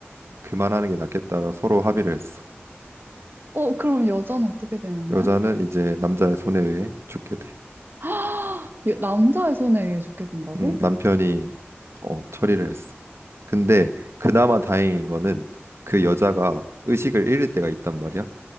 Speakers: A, on the right; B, on the right.
A: 그만하는 게 낫겠다라 서로 합의를 했어.
B: 어 그럼 여자는 어떻게 되는
A: 여자는
B: 거야?
A: 이제 남자의 손에 의해 죽게 돼.
B: <gasps> 여- 남자의 손에 의해 죽게 된다고?
A: 음, 남편이 어, 처리를 했어. 근데 그나마 다행인 거는 그 여자가 의식을 잃을 때가 있단 말이야.